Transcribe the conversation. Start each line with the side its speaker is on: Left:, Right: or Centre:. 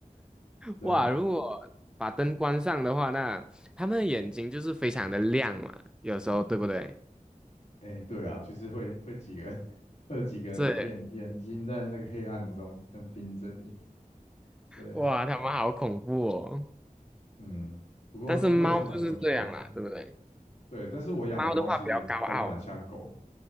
Left: 对啊，
Centre: 哇，如果把灯关上的话，那他们的眼睛就是非常的亮嘛，有时候对不对？
Left: 哎，对啊，就是会会几个 <laughs> 会有几个眼眼睛在那个黑暗中这样盯着你，
Centre: 是，
Left: 对，
Centre: 哇，它们好恐怖哦！
Left: 嗯，不过不过也是蛮有趣的，
Centre: 但是猫啊就是这样啦，对不对？
Left: 对，但是我养的猫其实都蛮像狗，
Centre: 猫的话比较高傲